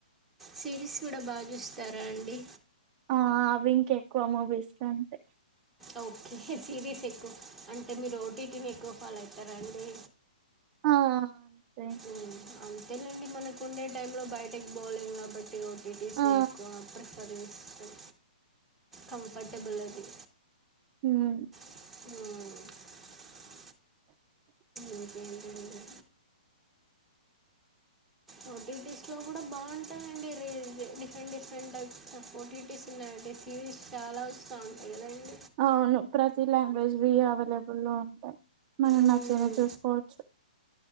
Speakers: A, in the centre; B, on the right.
A: సిరీస్ కూడా బా చూస్తారా అండి
B: ఆ అవి ఇంకెక్కువ మూవీస్ కంటే
A: ఓకే సిరీస్ ఎక్కువ అంటే మీరు ఓ టి టి ని ఎక్కువ ఫాలో అయితరా అండి
B: ఆ ఇంకా
A: ఉమ్ అంతేలేండి మనకుండే టైమ్ లో బయటకి బోలెం గాబట్ టీ ఓ టీ టీ స్
B: ఆ
A: ని ఎక్కువ ప్రిఫర్ చేస్తాం కంఫర్టబుల్ అది
B: ఉమ్
A: ఉమ్ ఇంకేంటండి ఓ టీ టీ స్ లో గూడ బావుంటయండి రీ different different types O T tea స్ ఉన్నాయి సిరీస్ చాలా వస్తా ఉంటాయి కదండి
B: అవును ప్రతి లాంగ్వేజ్ వి అవైలబుల్ లో ఉంటాయి మనకు
A: మ్మ్.
B: నచ్చినయ్ చూసుకోవచ్చు